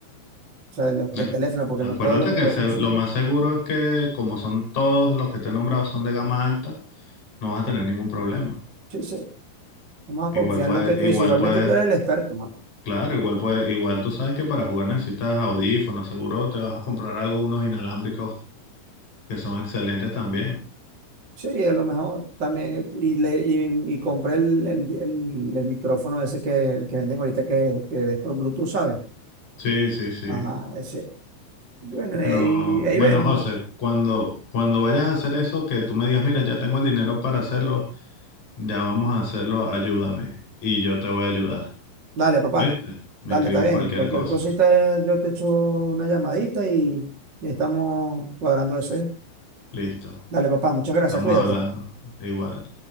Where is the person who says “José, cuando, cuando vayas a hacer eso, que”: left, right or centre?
Left